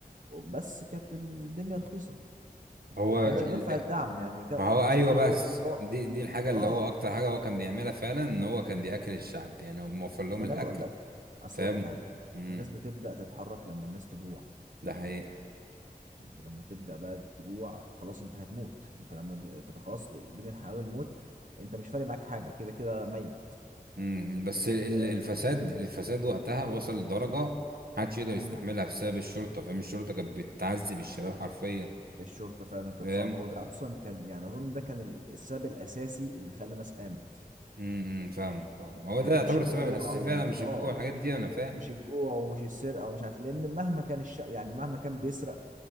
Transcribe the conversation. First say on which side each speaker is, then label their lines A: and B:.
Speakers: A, on the right; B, on the right.
A: بس كانت الدنيا رخيصة
B: هو
A: ما
B: ال-
A: كانش بيرفع الدعم يعني ك... انا
B: ما هو
A: شفت
B: ايوه بس
A: له كذا لقاء
B: دي دي الحاجه اللي
A: اه
B: هو اكتر حاجه هو كان بيعملها فعلا ان هو كان بياكل الشعب يعني هو موفر لهم
A: ما
B: الاكل
A: انا بقول لك اصل
B: فاهم
A: اقول لك حاجة
B: امم
A: الناس بتبدأ تتحرك لما الناس تجوع
B: ده حقيقي
A: انت لما تبدأ بقى تجوع خلاص انت هتموت انت لما ب- تبقى خلاص بين الحياة والموت انت مش فارق معاك حاجة كده كده ميت
B: مم. بس ال- ال-
A: آه،
B: الفساد الفساد وقتها وصل لدرجة محدش يقدر يستحملها
A: امم
B: بسبب الشرطة فاهم الشرطة كانت بتعذب الشباب حرفيا
A: الشرطة فعلا كانت
B: فاهم
A: صعبة هو ده اصلا كان يعني اظن ده كان ال- السبب الاساسي اللي خلى الناس قامت
B: امم فاهم فاهم. هو
A: يعني
B: ده يعتبر
A: مش الجوع
B: السبب الأساسي
A: او
B: فعلا مش
A: اه
B: الجوع الحاجات دي أنا فاهم
A: مش الجوع ومش السرقة ومش عارف إيه، لان مهما كان الش... يعني مهما كان بيسرق